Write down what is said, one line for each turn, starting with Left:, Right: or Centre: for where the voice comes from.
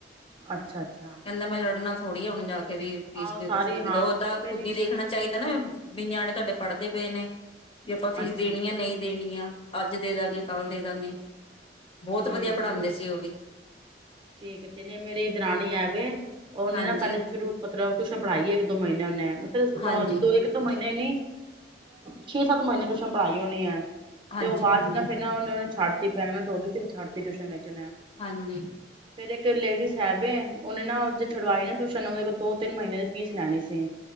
Right: ਅੱਛਾ ਅੱਛਾ
Left: ਕਹਿੰਦਾ ਮੈਂ ਲੜਨਾ ਥੋੜ੍ਹੀ ਆ ਹੁਣ ਜਾ ਕੇ ਵੀ ਫੀਸ
Right: ਆਹੋ
Left: ਦੇ
Right: ਸਾਰੀ
Left: ਦੋ ਫੀਸ
Right: ਹਾਂ
Left: ਦੇ ਦੋ। ਉਹ ਤਾਂ
Right: ਮੇਰੀ
Left: ਖੁਦ ਹੀ ਦੇਖਣਾ ਚਾਹੀ- ਹਨਾ ਵੀ ਨਿਆਣੇ ਤੁਹਾਡੇ ਪੜ੍ਹਦੇ ਪਏ ਨੇ- ਵੀ ਆਪਾਂ ਫੀਸ
Right: ਅੱਛਾ
Left: ਦੇਣੀ ਆ? ਨਹੀਂ ਦੇਣੀ ਆ? ਅੱਜ ਦੇ ਦਾਂਗੇ, ਕੱਲ- ਦੇ ਦਾਂਗੇ ਬਹੁਤ
Right: ਹਮ
Left: ਵਧੀਆ ਪੜਾਂਦੇ
Right: ਨਹੀਂ
Left: ਸੀ ਉਹ ਵੀ
Right: ਠੀਕ ਤੇਨੇ ਮੇਰੀ ਦਰਾਣੀ ਹੈਵੇ ਉਹਨੇ
Left: ਹਾਂਜੀ,
Right: ਨਾ ਪਹਿਲੇ ਸ਼ੁਰੂ ਮਤਲਬ ਟਊਸ਼ਨ ਪੜ੍ਹਾਈ ਹੈ ਦੋ ਮਹੀਨੇ ਮਤਲਬ
Left: ਹਾਂਜੀ,
Right: ਦੋ ਇੱਕ ਦੋ ਮਹੀਨੇ ਹੀ ਨੀ ਛੇ ਸੱਤ ਮਹੀਨੇ ਟਿਊਸ਼ਨ ਪੜ੍ਹਾਈ ਹੋਣੀ ਹੈ।
Left: ਹਾਂਜੀ,
Right: ਤੇ ਉਹ ਬਾਅਦ
Left: ਹਾਂਜੀ,
Right: ਚ ਨਾ ਫ਼ਿਰ ਨਾ ਉਹਨੇ ਛੱਡਤੀ ਪ੍ਰੈਗਨੈਂਟ ਹੋ ਗਈ ਸੀ ਛੱਡਤੀ। ਤੇ ਟਿਊਸ਼ਨ ਉਹਨੇ
Left: ਹਾਂਜੀ।
Right: ਫੇਰ ਇੱਕ ਲੇਡੀਜ਼ ਹੈ ਵੇ ਉਹਨੇ ਨਾ ਛੁਡਵਾਈ ਨਾ ਟਿਊਸ਼ਨ ਉਹਦੇ ਦੋ ਤਿੰਨ ਮਹੀਨੇ ਦੀ ਫੀਸ ਲੈਣੀ ਸੀ।